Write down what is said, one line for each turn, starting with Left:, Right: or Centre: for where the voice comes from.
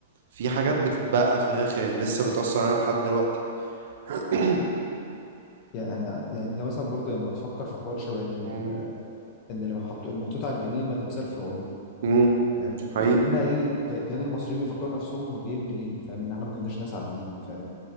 Right: في حاجات بتتبقى في الآخر يعني لسه بتأثر علينا لحد دلوقتي <clears throat>
Left: يعني يعني انت مثلا برضه لما تفكر في حوار شبه ان
Right: مم،
Left: ال... ان اللي محطوط المحطوط على الجنيه ما تمثال فرعوني
Right: مم.
Left: فاهم
Right: حقيقي
Left: كاننا ايه ك... كان المصريين بيفكروا نفسهم هم جايين منين فاهم ان احنا ما كناش ناس عاديين فاهم